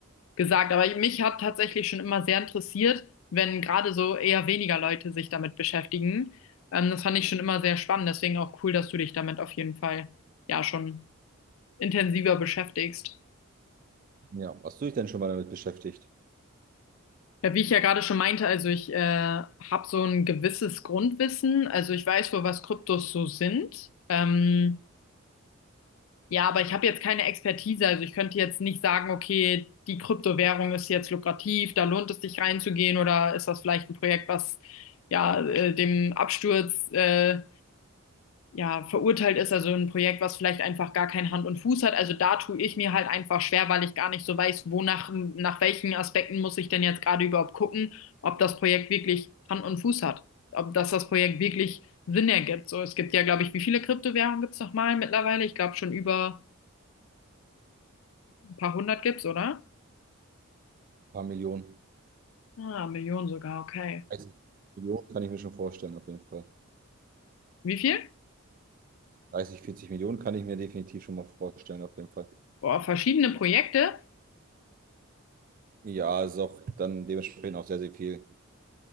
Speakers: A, on the left; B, on the right.
A: gesagt. Aber mich hat tatsächlich schon immer sehr interessiert, wenn gerade so eher weniger Leute sich damit beschäftigen. Ähm, das fand ich schon immer sehr spannend, deswegen auch cool, dass du dich damit auf jeden Fall ja schon intensiver beschäftigst.
B: Ja, hast du dich denn schon mal damit beschäftigt?
A: Ja, wie ich ja gerade schon meinte, also ich äh, habe so ein gewisses Grundwissen. Also ich weiß wohl, was Kryptos so sind. Ähm, ja, aber ich habe jetzt keine Expertise. Also ich könnte jetzt nicht sagen, okay, die Kryptowährung ist jetzt lukrativ, da lohnt es sich reinzugehen oder ist das vielleicht ein Projekt, was ja äh, dem Absturz äh, ja, verurteilt ist, also ein Projekt, was vielleicht einfach gar kein Hand und Fuß hat. Also da tue ich mir halt einfach schwer, weil ich gar nicht so weiß, wonach, nach welchen Aspekten muss ich denn jetzt gerade überhaupt gucken, ob das Projekt wirklich Hand und Fuß hat, ob dass das Projekt wirklich Sinn ergibt. So, es gibt ja, glaube ich, wie viele Kryptowährungen gibt's nochmal mittlerweile? Ich glaube schon über ein paar hundert gibt's, oder?
B: Ein paar Millionen.
A: Ah, Millionen sogar, okay.
B: 30 Millionen kann ich mir schon vorstellen, auf jeden Fall.
A: Wie viel?
B: 30, 40 Millionen kann ich mir definitiv schon mal vorstellen, auf jeden Fall.
A: Boah, verschiedene Projekte.
B: Ja, es ist auch dann dementsprechend auch sehr, sehr viel